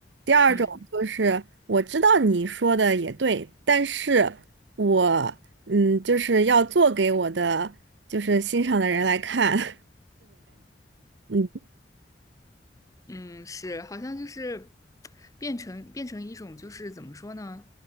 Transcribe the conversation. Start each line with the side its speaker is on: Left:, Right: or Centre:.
Right: 第二种就是我知道你说的也对，
Left: 嗯。
Right: 但是。我嗯，就是要做给我的就是欣赏的人来看。<laughs> 嗯，
Left: 嗯，是，好像就是变成变成一种，就是怎么说呢？